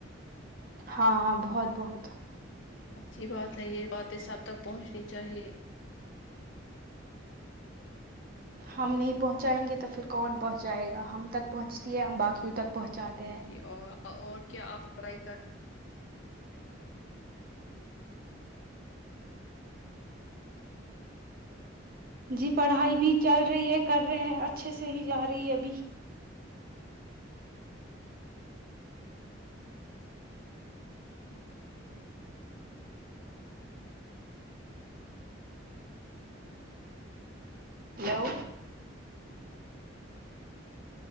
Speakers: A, on the right; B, on the left.
A: ہاں ہاں بہت بہت
B: اچھی بات ہے یہ باتیں سب تک پہنچنی چاہیے
A: ہم نہیں پہنچائیں گے تو پھر کون پہنچائے گا ہم تک پہنچتی ہے ہم باقی تک پہنچاتے
B: جی
A: ہیں
B: جی اور اور کیا آپ پڑھائی کر
A: جی پڑھائی بھی چل رہی ہے کر رہے ہیں اچھے سے ہی جا رہی ہے ابھی ہیلو